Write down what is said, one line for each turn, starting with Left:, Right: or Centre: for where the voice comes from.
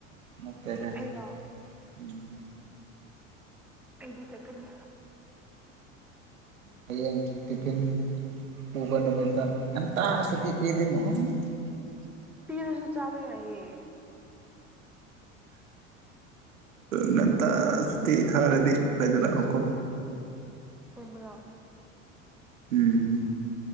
Right: ꯅꯠꯇꯦꯗ
Centre: ꯑꯩꯔꯣ
Right: ꯎꯝ
Centre: ꯑꯩꯗꯤ ꯆꯠꯀꯅꯤ
Right: ꯍꯌꯦꯡ ꯇꯤꯐꯤꯟ ꯄꯨꯕ ꯅꯨꯃꯤꯠꯇ ꯉꯟꯇ ꯁꯇ ꯄꯤꯗꯅꯨꯡꯉ
Centre: ꯄꯤꯔꯁꯨ ꯆꯥꯕꯩ ꯌꯥꯏꯌꯦ
Right: ꯉꯟꯇ ꯁꯨꯇꯤ ꯊꯥꯔꯗꯤ ꯑꯈꯣꯏꯗ ꯂꯥꯛꯑꯣꯀꯣ
Centre: ꯑꯁꯦꯡꯕꯔꯣ
Right: ꯎꯝ